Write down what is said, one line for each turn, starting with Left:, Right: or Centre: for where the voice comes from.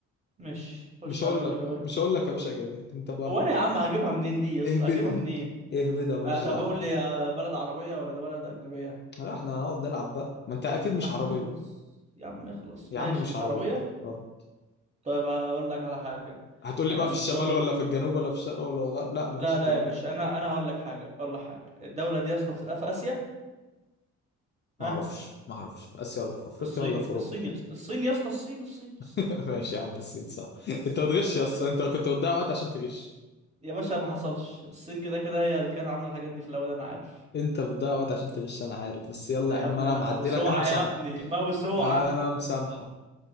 Right: ماشي خش
Left: مش هقول
Right: عليا بالاجابات
Left: لك بقى مش هقول لك يا باشا اجابات انت بقى
Right: وانا
Left: اهبدها
Right: يا عم هجيبها منين دي يا اسطى
Left: اهبدها
Right: هجيبها منين
Left: اهبدها ماليش
Right: آه طب
Left: دعوة
Right: قول لي آه، بلد عربية ولا ده بلد أجنبية
Left: لا احنا هنقعد نلعب بقى ما انت اكيد
Right: يا
Left: مش
Right: عم
Left: عربية
Right: اخلص يا عم اخلص
Left: يا
Right: ماشي
Left: عم مش
Right: مش
Left: عربية
Right: عربية
Left: اه
Right: طيب هقول لك على حاجة
Left: هتقول لي
Right: أنا
Left: بقى في
Right: محتار
Left: الشمال ولا في الجنوب ولا في الشرق ولا الغرب لا مفيش
Right: لا
Left: الكلام
Right: لا يا باشا
Left: ده
Right: أنا أنا هقول لك حاجة أقول لك حاجة الدولة دي يا اسطى في في آسيا
Left: ما
Right: ها
Left: اعرفش ما اعرفش في اسيا ولا في افريقيا
Right: الصين
Left: ولا في اوروبا
Right: الصين يا اسطى الصين يا اسطى الصين الصين الصين
Left: <laughs> ماشي
Right: بس
Left: يا عم الصين صح
Right: بس
Left: <laughs> انت بتغش
Right: يا باشا عيب
Left: يا
Right: عليك
Left: اسطى انت كنت بتضيع وقت عشان تغش
Right: يا باشا ما حصلش الصين كده كده هي اللي كانت عاملة الحاجات دي في الأول أنا عارف
Left: انت بتضيع وقت عشان تغش انا عارف بس
Right: يا
Left: يلا
Right: ابني
Left: يا
Right: يا
Left: عم
Right: ابني
Left: انا
Right: أنا
Left: معدي
Right: موسوعة
Left: لك انا مسامحة
Right: يا ابني موسوعة
Left: انا مسامحة